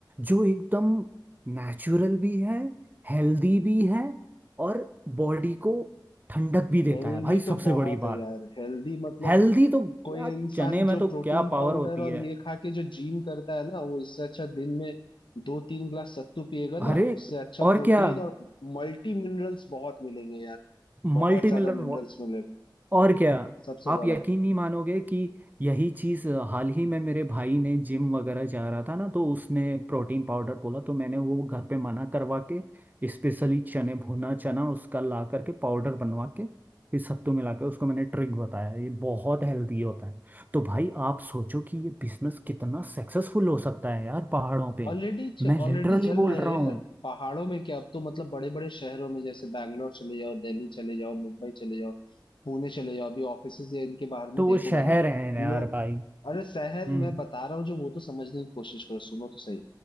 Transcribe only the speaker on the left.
हेल्दी
तो
बहुत
है
यार हेल्दी मतलब
कोई इंसान
जो
प्रोटीन
पाउडर
और
ये खा के जो जिम करता है ना वो इससे अच्छा दिन में दो तीन ग्लास सत्तू पिएगा
ना उससे अच्छा
प्रोटीन
और मल्टी मिनरल्स बहुत मिलेंगे यार
बहुत ज्यादा
मिनरल्स मिलेंगे
सबसे
बड़ा
ऑलरेडी
ऑलरेडी
चल
रहा है
यार
पहाड़ों में क्या अब तो मतलब बड़े बड़े शहरों में जैसे बैंगलोर चले जाओ दिल्ली चले जाओ मुंबई चले जाओ पुणे चले जाओ अभी ऑफिसेज या इनके बाहर
में देखोगे
ना
लोग
अरे
शहर मैं बता रहा हूँ जो वो तो समझने की कोशिश करो सुनो तो सही